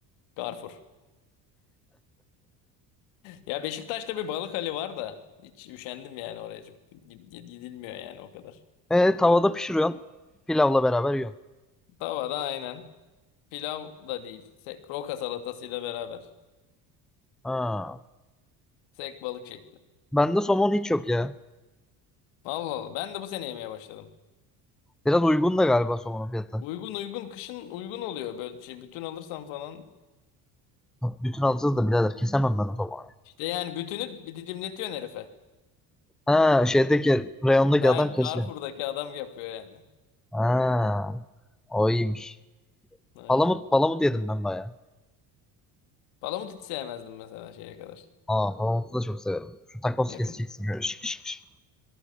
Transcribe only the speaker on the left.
Garfur. <laughs> Ya Beşiktaş'ta bir balık hali var da hiç üşendim yani oraya. Çok gid- Gidilmiyor yani o kadar.
Davada aynen. Pilav da değil. Sek, roka salatasıyla beraber.
Sek balık şekli.
Allah Allah. Ben de bu sene yemeye başladım.
Uygun uygun. Kışın uygun oluyor böyle şey. Bütün alırsam falan.
İşte yani bütünü bir didimletiyorsun herife.
Ben
Carrefour'daki adam yapıyor yani.
Aynen.
Palamut hiç sevmezdim mesela şeye kadar.
Yakın.